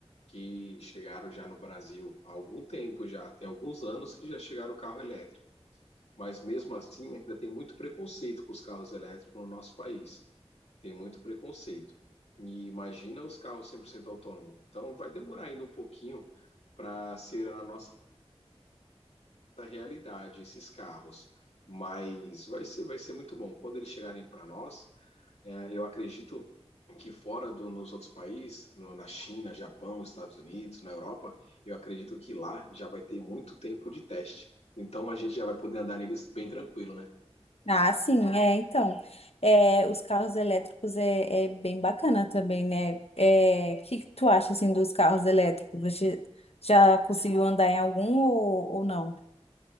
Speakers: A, on the left (about 85°); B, on the left (about 70°).
A: que chegaram já no Brasil há algum tempo já, tem alguns anos que já chegaram o carro elétrico, mas mesmo assim ainda tem muito preconceito com os carros elétricos no nosso país. Tem muito preconceito. E imagina os carros 100% autônomos. Então vai demorar ainda um pouquinho para ser a nossa realidade esses carros, mas vai ser vai ser muito bom quando eles chegarem para nós. É, eu acredito que fora do, nos outros países, no- na China, Japão, Estados Unidos, na Europa, eu acredito que lá já vai ter muito tempo de teste. Então a gente já vai poder andar neles bem tranquilo, né?
B: Ah, sim, é, então, é, os carros elétricos é, é bem bacana também, né? É, o que que tu acha, assim, dos carros elétricos? Você já conseguiu andar em algum ou, ou não?